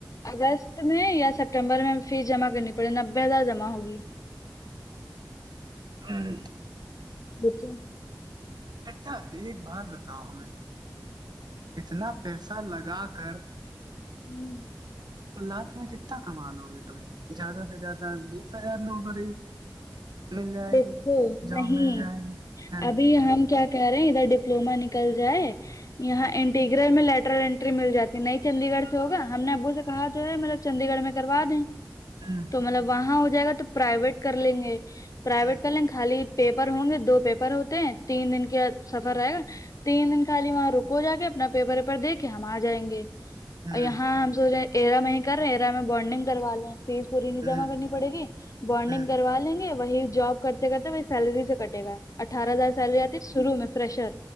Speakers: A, on the left; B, on the right.
A: اگست میں یا سپٹمبر میں فیس جمع کرنی پڑے نبے ہزار جمع ہوگی
B: ہاں
A: دچو
B: اٹھا ایک بات بتاؤ ہمیں اتنا پیسہ لگا کر
A: ہوں
B: لاسٹ میں کتنا کما لو گے تم زیادہ سے زیادہ بیس ہزار نوکری مل جائے
A: دیکھو
B: گی جاب
A: نہیں
B: مل جائے گی ہاں
A: ابھی ہم کیا کہہ رہے ہیں یہھر ڈپلووما نکل جائے یہاں انٹیگرریل میں لیٹر انٹری مل جاتی نہیں چنندی گڑھ سے ہوگا ہم نے ابو سے کہا جو ہے مطلب چنندی گڑھ میں کروا دیں
B: ہوں
A: تو مطلب وہاں ہو جائے گا تو پرائیویٹ کر لیں گے پرائیویٹ
B: ہوں
A: کر لیں گے خالی پیپر ہوں گے دو پیپر ہوتے ہیں تین دن کا سفر رہے گا تین دن خالی وہاں رکو جا کے اپنا پیپر ویپر دے کے ہم آ جائیں گے
B: ہوں
A: اور یہاں ہم سوچ رہے میں کر رہے ہیں ایرا میں بانڈنگ کروا لیں فیس پوری نہیں
B: ہوں
A: جمع کرنی پڑے گی بڈنگ
B: ہوں ہوں ہوں
A: کروا لیں گے وہی جاب کرتے کرتے وہی سیلری سے کٹے گا اٹھارہ ہزار سیلری آتی ہے شرو میں فریشر